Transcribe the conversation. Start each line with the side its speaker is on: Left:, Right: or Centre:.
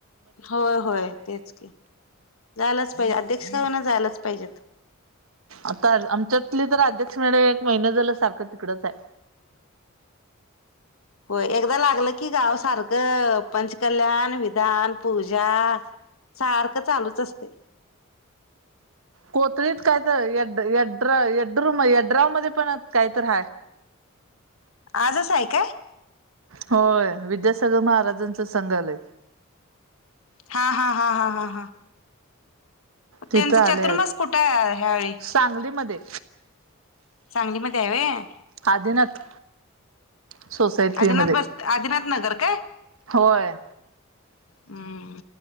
Left: होय होय तेच की जायलाच पाहिजे अध्यक्ष का होईना जायलाच पाहिजेत
Right: आता आमच्यातली तर अध्यक्ष मॅडम एक महिना झालं सारखं तिकडच हाय
Left: होय एकदा लागलं की गाव सारखं पंचकल्याण विधान पूजा सारखंच चालूच असतय
Right: कोथळीत कायत यड यड्रा येड्रूर यड्राव मध्ये पण काहीतर हाय
Left: आजच हाय काय
Right: होय विद्यासागर महाराजांच संघ आलय
Left: हा हा हा हा हा हा
Right: तिथं
Left: त्यांच
Right: आलय
Left: चतुर्मास कुठाय ह्यावेळी
Right: सांगलीमध्ये
Left: सांगलीमध्ये हाय व्हय
Right: आदिनाथ सोसायटी
Left: आदिनाथ
Right: मध्ये
Left: बस आदिनाथ नगर काय?
Right: होय
Left: हम्म